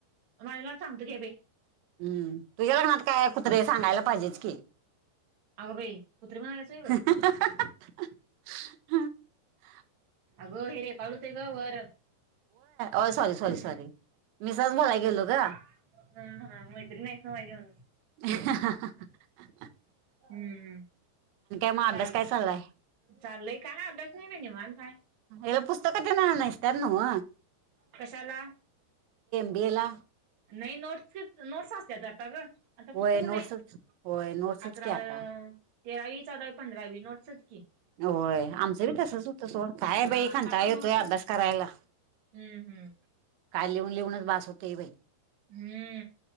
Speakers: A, on the right (about 65°); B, on the right (about 85°).
A: माझ्याला सांगत घ बाई
B: हम्म तुझ्या लग्नात काय कुत्रे सांगायला पाहिजेच की
A: अगं भाई क पुत्र म्हणणाल्याचोय ग
B: हम
A: अगं हे रे काढूतय ग वर
B: य सॉरी
A: हम्म
B: सॉरी सॉरी मिसाच मला गेलो का
A: हम हा म इत्री नाहीस माजेऊन
B: ह
A: हम्म
B: मग
A: चाल
B: अभ्यास काय चाललाय
A: चाललय का नाही अ्यास नाही म नि म्हण काय
B: एल पुस्तक ज इतार नव
A: कशाला
B: बी ए ला
A: नाही नोट्स नोट्स असत तर आता ग आता
B: होय
A: पुस्तक नाही
B: नोट्सच होय नोट्सच
A: अकरा
B: की आता
A: तेरावी चौदावी पंधरावी नोटच की
B: होय आमचं बी तसच होतं सोड काय
A: अ
B: बाई
A: आता
B: खंटा
A: पण
B: येतोय
A: नोट्सच
B: अभ्यास करायला.
A: हम्म हम्म
B: काय लिहून लिहूनच भास होतेय बाई
A: हम्म